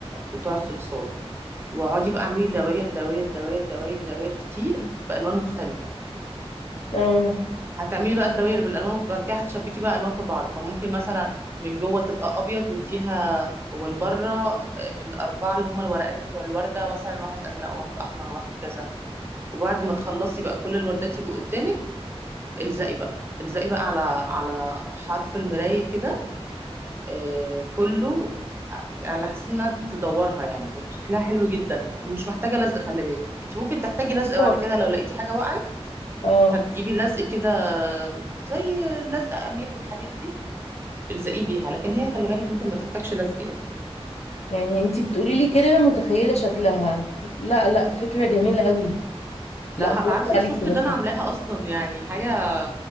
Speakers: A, on the right; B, on the left.
A: بتوع الصلصال واقعدي بقى اعملي دواير دواير دواير دواير دواير كتير بالوان مختلفه
B: اه
A: هتعملي بقى الدواير بالالوان المخت- بعد كده هتشبكي بقى الوان في بعض فممكن مثلا من جوه تبقى ابيض وفيها ومن بره آه، الاربعه اللي هم الورقات بتوع الورده مثلا واحد ازرق وواحد احمر وواحد كذا وبعد ما تخلصي بقى كل الوردات يبقوا قدامك الزقي بقى الزقي بقى على على حرف المرايه كده آه، كله على حسب انها تدورها يعني هيبقى شكلها حلو جدا ومش محتاجه لزق خلي بالك انت ممكن تحتاجي لزق بعد
B: اه
A: كده لو لقيتي حاجه وقعت
B: آه.
A: هتجيبي لزق كده زي لزق امير والحاجات دي الزقيه بيها لكن هي خلي بالك ممكن ما تحتاجش لزق يعني
B: يعني انتي بتقولي لي كده انا متخيله شكلها لا لا فكره جميله قوي لا
A: ده هبعت
B: برافو
A: لك
B: عليكي
A: صوره
B: والله
A: اللي انا عاملاها اصلا يعني حاجه